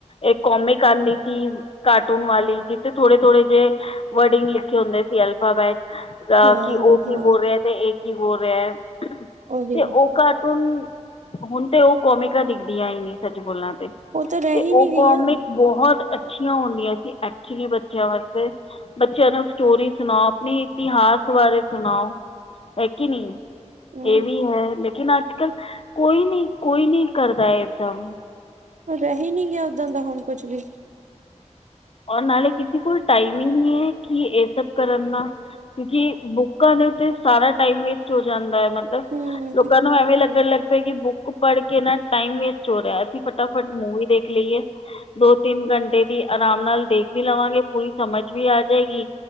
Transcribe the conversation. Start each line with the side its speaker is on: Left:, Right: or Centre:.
Left: ਏਕ ਕੌਮਿਕ ਆਂਦੀ ਸੀ ਕਾਰਟੂਨ ਵਾਲੀ ਜਿੱਥੇ ਥੋੜੇ-ਥੋੜੇ ਜੇ ਵਰਡਿੰਗ ਲਿਖੇ ਹੁੰਦੇ ਸੀ ਅਲਫਾਬੈਟ। ਅ
Right: ਹਾਂ
Left: ਕੀ ਓ
Right: ਹਾਂ
Left: ਕੀ
Right: ਹਾਂ
Left: ਬੋਲ ਰਿਆ ਤੇ ਏ ਕੀ ਬੋਲ ਰਿਆ ਤੇ
Right: ਉਹੀ
Left: ਓ ਕਾਰਟੂਨ, ਹੁਣ ਤੇ ਓਹ ਕੋਮਿਕਾਂ ਦਿਖਦੀਆਂ ਈ ਨੀ। ਸਚ ਬੋਲਾਂ ਤੇ।
Right: ਉਹ ਤਾਂ ਰਹਿ
Left: ਤੇ
Right: ਹੀ ਨਹੀਂ
Left: ਓਹ
Right: ਗਈਆਂ
Left: ਕੋਮਿਕ ਬਹੌਤ ਅ ਅਛੀਆਂ ਹੁੰਦੀਆਂ ਸੀ ਐਕਚੁਲੀ ਬੱਚਿਆਂ ਵਾਸਤੇ। ਬੱਚਿਆਂ ਨੂੰ ਸਟੋਰੀ ਸੁਣਾਓ, ਆਪਣੇ ਇਤਿਹਾਸ ਬਾਰੇ ਸੁਣਾਓ, ਹੈ ਕਿ ਨੀ।
Right: ਹਮ
Left: ਏਹ ਵੀ ਹੈ। ਲੇਕਿਨ ਅੱਜ-ਕੱਲ ਕੋਈ ਨੀ, ਕੋਈ ਨੀ ਕਰਦਾ ਏਹ ਸਬ।
Right: ਰਹ ਹੀ ਨੀ ਗਿਆ ਉਦਾਂ ਦਾ ਹੁਣ ਕੁਛ ਵੀ।
Left: ਔਰ ਨਾਲੇ ਕਿਸੇ ਕੋਲ ਟਾਈਮ ਈ ਨੀ ਹੈ ਕਿ ਏਹ ਸਭ ਕਰਨ ਨਾ। ਕਿਉਂਕਿ ਬੁੱਕਾਂ ਦੇ ਉੱਤੇ ਸਾਰਾ ਟਾਈਮ ਵੇਸਟ ਹੋ ਜਾਂਦਾ, ਮਤਲਬ
Right: ਹਮ
Left: ਲੋਕਾਂ ਨੂੰ ਐਵੇਂ ਲੱਗਣ ਲੱਗ ਪਿਆ ਕਿ ਬੁੱਕ ਪੜ੍ਹ ਕੇ ਨਾ ਟਾਈਮ ਵੇਸਟ ਹੋ ਰਿਆ, ਅਸੀਂ ਫਟਾਫਟ ਮੂਵੀ ਦੇਖ ਲਈਏ। ਦੋ-ਤਿੰਨ ਘੰਟੇ ਦੀ ਆਰਾਮ ਨਾਲ ਦੇਖ ਵੀ ਲਵਾਂਗੇ, ਪੂਰੀ ਸਮਝ ਵੀ ਆ ਜੇਗੀ।